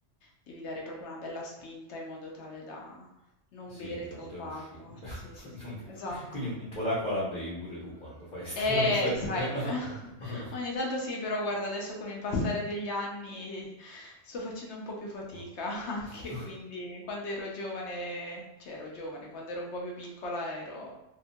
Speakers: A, on the left; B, on the left.
A: devi dare proprio una bella spinta in modo tale da non
B: sì,
A: bere
B: da
A: troppa
B: poter uscire.
A: acqua.
B: <laughs>
A: Sì, sì, sì,
B: Non ve-
A: esatto.
B: Quindi un po' d'acqua la bevi pure tu quando fai, st-
A: Eh,
B: quando fai... del-
A: sai,
B: <laughs>
A: eh, <laughs> ogni tanto sì, però guarda, adesso con il passare degli anni sto facendo un po' più fatica
B: No.
A: <laughs> anche,
B: <laughs>
A: quindi quando ero giovane, cioè ero giovane, quando ero un po' più piccola ero